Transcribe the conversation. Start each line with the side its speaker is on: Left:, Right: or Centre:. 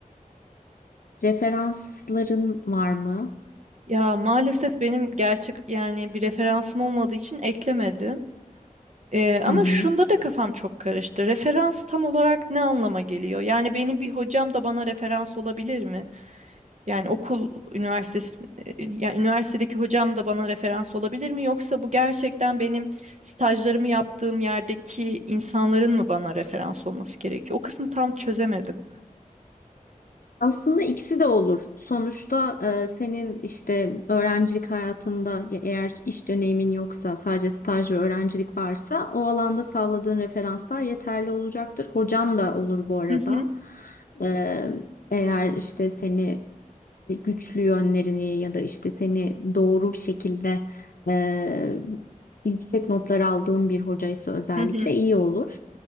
Left: referansların var mı?
Right: Ya maalesef benim gerçek yani bir referansım olmadığı için eklemedim. Ee, ama
Left: Hı hı.
Right: şunda da kafam çok karıştı. Referans tam olarak ne anlama geliyor? Yani benim bir hocam da bana referans olabilir mi? Yani okul üniversitesi, e, yani üniversitedeki hocam da bana referans olabilir mi? Yoksa bu gerçekten benim stajlarımı yaptığım yerdeki insanların mı bana referans olması gerekiyor? O kısmı tam çözemedim.
Left: Aslında ikisi de olur. Sonuçta e, senin işte öğrencilik hayatında ya eğer iş deneyimin yoksa sadece staj ve öğrencilik varsa o alanda sağladığın referanslar yeterli olacaktır. Hocan da olur bu arada.
Right: Hı hı,
Left: E, eğer işte seni güçlü yönlerini ya da işte seni doğru bir şekilde e, yüksek notlar aldığın bir hocaysa özellikle
Right: hı hı,
Left: iyi olur.